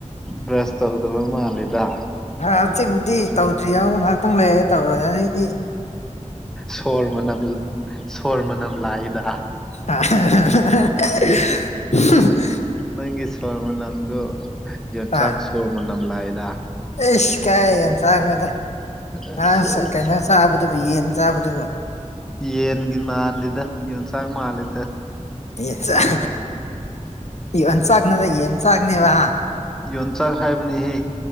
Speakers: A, in the centre; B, on the left (about 60°).
A: ꯕ꯭ꯔꯁ ꯇꯧꯗꯕ ꯃꯥꯜꯂꯦꯗ
B: ꯑ ꯍꯧꯖꯤꯛꯄꯨꯗꯤ ꯇꯧꯗ꯭ꯔꯤ ꯌꯥꯎ ꯉꯍꯥꯛꯇꯪ ꯂꯩꯔꯒ ꯇꯧꯔꯒꯅꯤ ꯗꯤ
A: ꯁꯣꯔ ꯃꯅꯝ ꯁꯣꯔ ꯃꯅꯝ ꯂꯥꯛꯏꯗ
B: <unintelligible>
A: ꯅꯪꯒꯤ ꯁꯣꯔ ꯃꯅꯝꯗꯨ ꯌꯣꯟꯆꯥꯛ
B: ꯍꯣꯏ
A: ꯁꯣꯔ ꯃꯅꯝ ꯂꯥꯛꯑꯦꯗ꯫
B: ꯑꯩꯁ ꯀꯥꯏꯗꯩ ꯌꯣꯟꯆꯥꯛꯅꯣꯗ
A: ꯑꯁ
B: ꯉꯔꯥꯡ ꯁ
A: ꯑꯁ
B: ꯀꯩꯅꯣ ꯆꯥꯕꯗꯨꯕꯨ ꯌꯦꯟ ꯆꯥꯕꯗꯨꯕꯨ
A: ꯌꯦꯟꯒꯤ ꯃꯥꯟꯗꯦꯗ ꯌꯣꯟꯆꯥꯛ ꯃꯥꯜꯂꯦꯗ꯫
B: ꯌꯦꯟꯆꯥꯛ ꯌꯣꯟꯆꯥꯛ ꯅꯠꯇꯦ ꯌꯦꯟꯆꯥꯛ ꯅꯦꯕ
A: ꯌꯣꯟꯆꯥꯛ ꯍꯥꯏꯕꯅꯤꯍꯦ